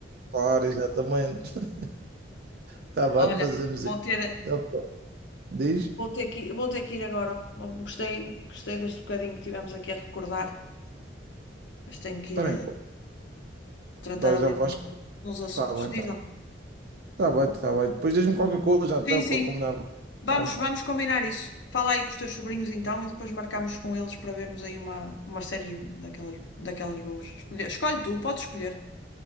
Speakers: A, on the right; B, on the left.
A: Claro, exatamente. <laughs> Está bem,
B: Olha,
A: fazemos
B: vou
A: isso.
B: ter,
A: Ah, pá, Diz,
B: vou ter que, vou ter que ir agora. Gostei, gostei deste bocadinho que tivemos aqui a recordar. mas tenho que
A: espera
B: ir a
A: aí.
B: tratar
A: Dá,
B: ali
A: já vais.
B: de uns assuntos.
A: Tá bem,
B: Diz
A: tá,
B: lá.
A: bem, tá bem, tá bem. Depois diz-me qualquer coisa, então,
B: Sim, sim.
A: para combinar.
B: Vamos,
A: Tá bem,
B: vamos combinar isso. Fala aí com os teus sobrinhos então e depois marcamos com eles para vermos aí uma, uma série daquelas, daquelas boas. Escolhe, escolhe tu, podes escolher.